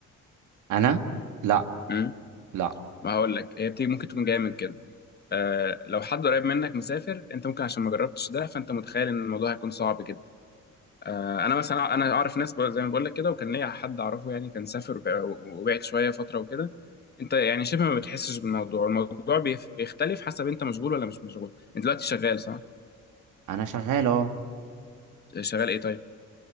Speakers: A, on the right; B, on the left.
A: انا لا
B: امم
A: لا
B: ما هقول لك هي بتيجي ممكن تكون جايه من كده آه لو حد قريب منك مسافر انت ممكن عشان ما جربتش ده فانت متخيل ان الموضوع هيكون صعب جدا آه انا مثلا انا اعرف ناس ب- زي ما بقول لك كده وكان ليا حد اعرفه يعني كان سافر وبع- وبعد شويه فتره وكده انت يعني شبه ما بتحسش بالموضوع الموضوع بيف- بيختلف حسب انت مشغول ولا مش مشغول انت دلوقتي شغال صح
A: انا شغال اه
B: شغال ايه طيب